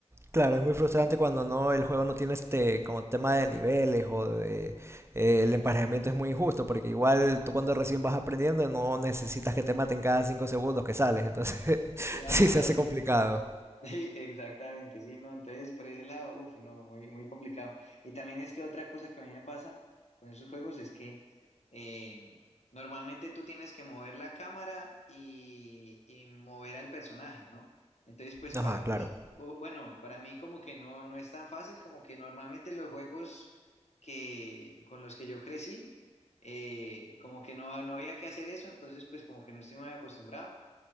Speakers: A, on the right (about 20°); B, on the left (about 65°).
A: Claro, es muy frustrante cuando no el juego no tiene este como tema de niveles o de eh, el emparejamiento es muy injusto porque igual tú cuando recién vas aprendiendo no necesitas que te maten cada 5 segundos que sales, entonces <laughs>
B: Claro,
A: sí se hace complicado.
B: <laughs> Sí, exactamente, sí, no, entonces por ese lado, uff, no, muy, muy complicado. Y también es que otra cosa que a mí me pasa con esos juegos es que eh, normalmente tú tienes que mover la cámara y, y mover al personaje, ¿no? Entonces, pues para
A: Ajá, claro.
B: mí, o, bueno, para mí como que no, no es tan fácil, como que normalmente los juegos que, con los que yo crecí, eh, como que no, no había que hacer eso, entonces pues como que no estoy muy acostumbrado.